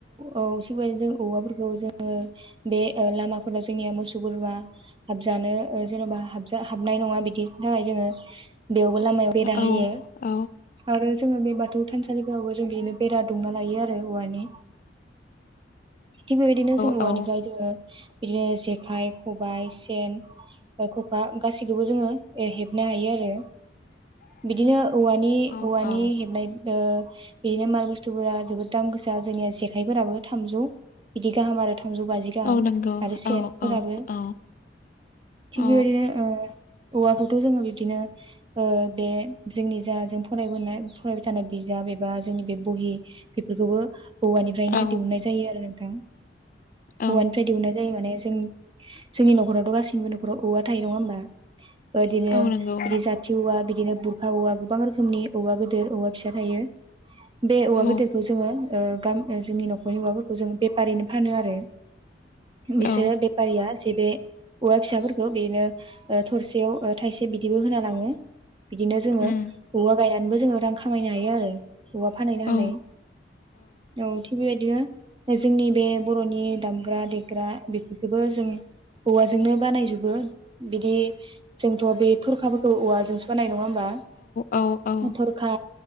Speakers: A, on the right; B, on the left.
A: औ थिग बेदि जों औवाफोरखौ जों ओ बे लामाफोराव जोंनिया मोसौ गुरुवा हाबजानो ओ जेन'बा हाबजानो नाय नङा बिदिनि थाखाय जोङो बेयावबो लामायाव बेरा होयो
B: औ औ
A: आरो जोङो बे बाथौ थानसालिफोरावबो जों बिदिनो बेरा दुंना लायो आरो औवानि। थिग बेबायदिनो जोङो
B: औ
A: औवानिफ्राय जोङो बिदिनो जेखाइ खबाय सेन ओ ख'खा गासैखौबो जोङो हेबनो हायो आरो। बिदिनो औवानि
B: औ
A: औवानि
B: औ
A: हेबनाय ओ बिदिनो माल बुस्थुफोरा जोबोद दाम गोसा जोंनिया जेखाइफोराबो थामजौ बिदि गाहाम आरो थामजौ बाजि गाहाम
B: औ नंगौ
A: आरो सेनफोराबो
B: औ औ औ
A: थिग
B: औ
A: बेबायदिनो ओ औवाखौथ' जोङो बिबदिनो ओ बे जोंनि जा जों फरायबोनाय फरायबाय थानाय बिजाब बे बा जोंनि बे बहि बेफोरखौबो औवानिफ्रायनो
B: औ
A: दिहुननाय जायो आरो नोंथां।
B: औ
A: औवानिफ्राय दिहुननाय जायो माने जों जोंनि न'खरावथ' गासिनिबो न'खराव औवा थायो नङा होमबा? इदिनो
B: औ नंगौ
A: बिदि जाथि औवा बिदिनो बुरखा औवा गोबां रोखोमनि औवा गिदिर औवा फिसा थायो। बे औवा
B: औ
A: गेदेरखौ जोङो ओ गाम जोंनि न'खरनि औवाफोरखौ जों बेफारिनो फानो आरो। बिसोरो
B: औ
A: बेफारिया जेबे औवा फिसाफोरखौ बिदिनो ओ थरसेयाव थाइसे बिदिबो होना लाङो। बिदिनो जोङो
B: उम
A: औवा गायनानैबो जोङो रां खामायनो हायो आरो। औवा फाहैनो
B: औ
A: हानाय। औ थिग बेबायदिनो जोंनि बे बर'नि दामग्रा देग्रा बेफोरखौबो जों औवाजोंनो बानायजोबो बिदि जोंथ' बे थरखाफोरखौ औवाजोंसो बानायो नङा होमबाथ
B: औ औ
A: थरखा